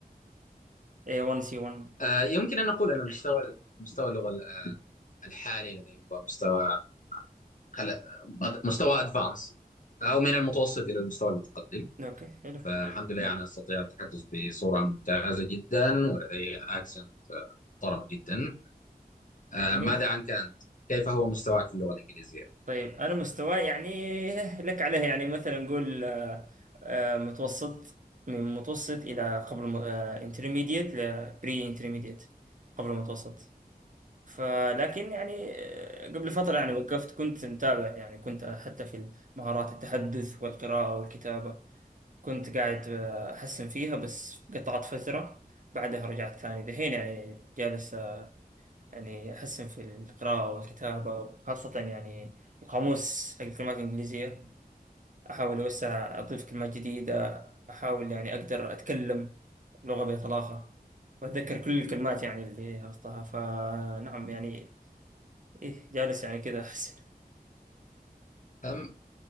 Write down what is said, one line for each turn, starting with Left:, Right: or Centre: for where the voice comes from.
Right: A1 C1
Left: آه، يمكن ان اقول ان مستوى مستوى اللغه الحالي لدي هو مستوى خل- مستوى ادفانس او من المتوسط الى المستوى المتقدم
Right: اوكي حلو
Left: فالحمد لله يعني استطيع التحدث بصوره ممتازه جدا ولدي اكسنت محترمه جدا آه،
Right: جميل
Left: ماذا عنك انت؟ كيف هو مستواك في اللغه الانجليزيه؟
Right: طيب انا مستواي يعني لك عليه يعني مثلا نقول آه، آه، متوسط من متوسط الى قبل انترميديت لبري انترميديت قبل متوسط فلكن يعني آه، قبل فترة يعني وقفت كنت متابع يعني كنت حتى في مهارات التحدث والقراءة والكتابة كنت قاعد آه، أحسن فيها بس قطعت فترة بعدها رجعت ثاني دحين يعني جالس يعني أحسن في القراءة والكتابة وخاصة يعني القاموس حق الكلمات الإنجليزية أحاول أوسع أضيف كلمات جديدة أحاول يعني أقدر أتكلم لغة بطلاقة وأتذكر كل الكلمات يعني اللي حفظتها فنعم يعني إيه جالس يعني كذا أحسن
Left: أم